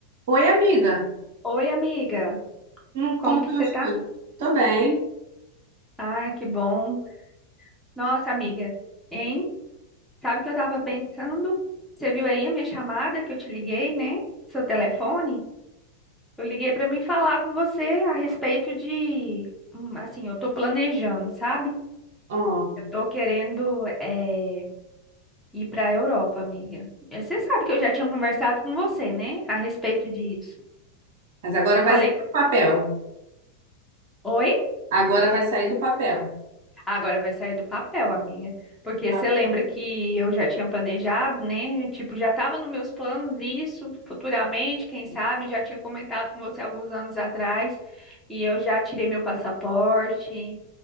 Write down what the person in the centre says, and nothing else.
Oi, amiga.
Como
que você
tá?
Ah, que bom. Nossa, amiga, hein? Sabe o que eu tava pensando? Você viu aí a minha chamada que eu te liguei, né? Seu telefone? Eu liguei pra mim falar com você a respeito de, hum, assim, eu tô planejando, sabe?
Eu tô querendo eh, ir pra Europa, amiga. Eh, Você sabe que eu já tinha conversado com você, né? A respeito disso.
Falei,
oi?
Agora vai sair do papel, amiga. Porque
você lembra que eu já tinha planejado, né? Tipo, já estava nos meus planos isso, futuramente, quem sabe, já tinha comentado com você alguns anos atrás. E eu já tirei meu passaporte,